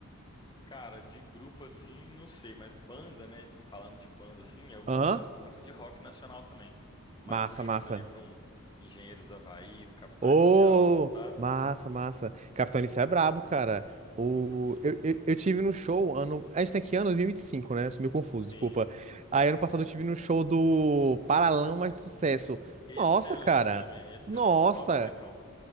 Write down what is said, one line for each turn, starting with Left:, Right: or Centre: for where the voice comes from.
Left: Cara, de grupo assim, não sei, mas banda, né? Falando de banda assim, eu,
Right: Aham,
Left: eu gosto muito de rock nacional também. Mais
Right: Massa,
Left: puxado
Right: massa.
Left: ali para um Engenheiros do Havaí, um Capital
Right: Ô,
Left: Inicial, sabe?
Right: massa, massa. Capitão Inicial é brabo, cara.
Left: Muito
Right: O...
Left: bom.
Right: Eu, eu, eu tive no show ano. A gente tem que ano dois mil e e vinte e cinco né? Eu sou meio confuso,
Left: Sim.
Right: desculpa. Aí ano passado eu tive no show do Paralamas do Sucesso.
Left: Excelente
Right: Nossa, cara.
Left: também, excelente.
Right: Nossa.
Left: Só musicão.